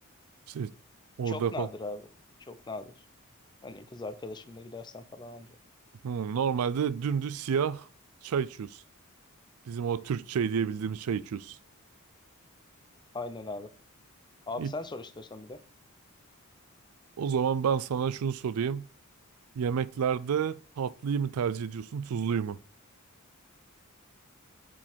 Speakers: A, on the right; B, on the left.
A: İşte orada
B: çok nadir
A: falan.
B: abi. Çok nadir. Hani kız arkadaşımla gidersen falan anca.
A: Hmm, Normalde dümdüz siyah çay içiyorsun. Bizim o Türk çayı diye bildiğimiz çay içiyorsun.
B: Aynen abi. Abi
A: İ-
B: sen sor istiyorsan bir de.
A: O zaman ben sana şunu sorayım. Yemeklerde tatlıyı mı tercih ediyorsun, tuzluyu mu?